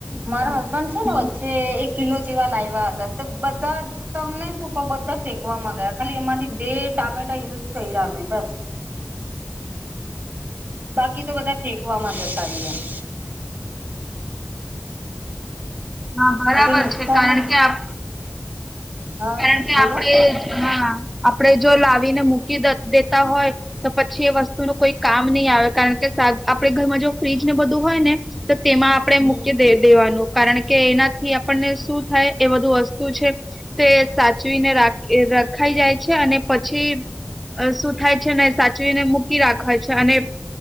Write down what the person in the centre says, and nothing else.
હા
હા બરાબર
છે કારણ કે આપ
કારણ
કે
આપડે હા. આપણે જો લાવીને મૂકી દે દેતા હોય. તો પછી એ વસ્તુ ન કોઈ કામ નહી આવે કારણ કે આપે ઘરમાં જો ફ્રીજને બધું હોય ને તો તેમાં આપણેે
મૂકી દે દેવાનું કારણ કે કે એનાથી આપણને શું થાય એ બધું વસ્તુ છે. તે સાચવીને રાખ રખાઈ જાય છે અને પછી શું થાય છે ને સાચવીને મૂકી રાખવા છે અને